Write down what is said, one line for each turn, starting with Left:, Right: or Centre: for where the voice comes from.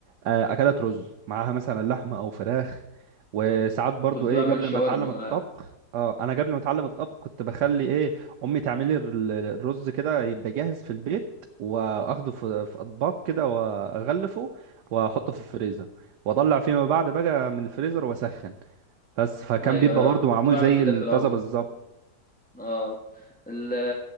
Right: آه، اكلات رز معاها مثلا لحمه او فراخ وساعات برضو
Centre: كنت
Right: ايه
Centre: بعمل
Right: قبل
Centre: شاورما
Right: ما اتعلم
Centre: مع
Right: الطبخ اه انا قبل ما اتعلم الطبخ كنت بخلي ايه امي تعمل لي ال- الرز كده يبقى جاهز في البيت واخده في في اطباق كده واغلفه واحطه في الفريزر واطلع فيما بعد بقى من الفريزر واسخن بس فكان
Centre: ايوه
Right: بيبقى
Centre: أيوة،
Right: برضو
Centre: كنت
Right: معمول
Centre: بعمل
Right: زي
Centre: كده
Right: الطازه
Centre: في الاول
Right: بالظبط
Centre: اه ال-